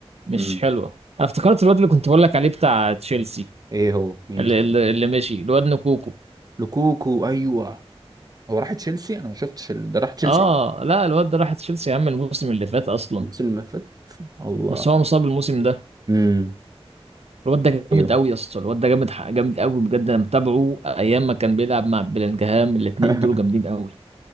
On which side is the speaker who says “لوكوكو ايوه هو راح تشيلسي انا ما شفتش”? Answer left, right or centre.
Right